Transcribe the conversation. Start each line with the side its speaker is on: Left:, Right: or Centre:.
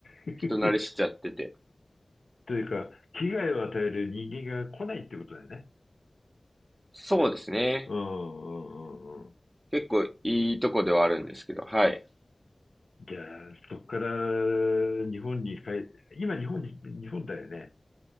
Left: <laughs>
Right: 人慣れしちゃってて。
Left: というか、危害を与える人間が来ないってことだよね。
Right: そうですね。
Left: うんうんうんうん。
Right: 結構いいとこではあるんですけど、はい。
Left: じゃあ、そこから日本に帰、今日本に、日本だよね。